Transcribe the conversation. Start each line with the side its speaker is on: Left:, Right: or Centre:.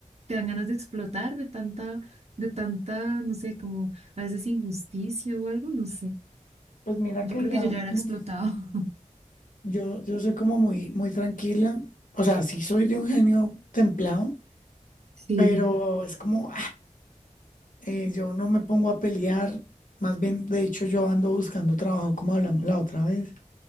Right: te dan ganas de explotar de tanta, de tanta, no sé, como a veces injusticia o algo, no sé.
Left: Pues mira
Right: Yo
Left: que
Right: creo
Left: ya,
Right: que yo ya era
Left: <clears throat>
Right: explotado. <laughs>
Left: yo, yo soy como muy, muy tranquila. O sea, sí soy de un genio templado,
Right: Sí,
Left: pero es como Eh, yo no me pongo a pelear, más bien, de hecho, yo ando buscando trabajo, como hablamos la otra vez,